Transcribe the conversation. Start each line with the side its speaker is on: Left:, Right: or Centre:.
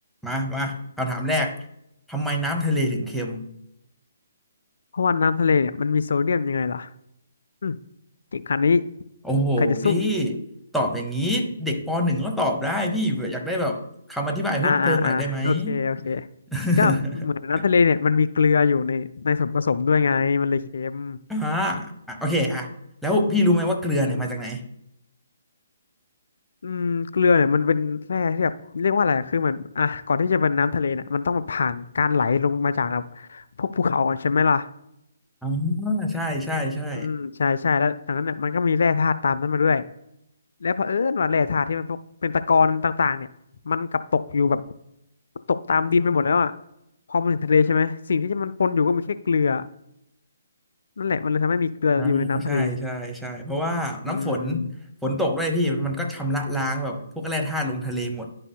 Centre: มามาคำถามแรกทำไมน้ำทะเลถึงเค็ม
Left: เพราะว่าน้ำทะเลเนี่ยมันมีโซเดียมยังไงล่ะอืมเก่งขนาดนี้
Centre: โอ้โหพี่
Left: ใครจะสู้
Centre: ตอบอย่างนี้เด็กปหนึ่งก็ตอบได้พี่อยากได้แบบคำอธิบายเพิ่มเติมหน่อยได้ไหม
Left: อ่าอ่าอ่าโอเคโอเค
Centre: <laughs>
Left: ก็เหมือนน้ำทะเลเนี่ยมันมีเกลืออยู่ในในส่วนผสมด้วยไงมันเลยเค็ม
Centre: อ่าอ่ะโอเคอ่ะแล้วพี่รู้ไหมว่าเกลือเนี่ยมาจากไหน
Left: อืมเกลือเนี่ยมันเป็นแร่ที่แบบเรียกว่าอะไรคือเหมือนอ่ะก่อนที่จะเป็นน้ำทะเลเนี่ยมันต้องมาผ่านการไหลลงมาจากแบบพวกภูเขาก่อนใช่ไหมล่ะ
Centre: อ๋อใช่ใช่ใช่
Left: อืมใช่ใช่แล้วจากนั้นเนี่ยมันก็มีแร่ธาตุตามนั้นมาด้วยแล้วเผอิญว่าแร่ธาตุที่มันพวกเป็นตะกอนต่างๆเนี่ยมันกลับตกอยู่แบบตกตามดินไปหมดแล้วอ่ะพอมันถึงทะเลใช่ไหมสิ่งที่มันปนอยู่ก็มีแค่เกลือนั่นแหละมันเลยทำให้มีเกลืออยู่ในน้ำทะเล
Centre: อ่าใช่ใช่ใช่เพราะว่าน้ำฝน
Left: อืม
Centre: ฝนตกด้วยพี่มันก็ชำระล้างแบบพวกแร่ธาตุลงทะเลหมด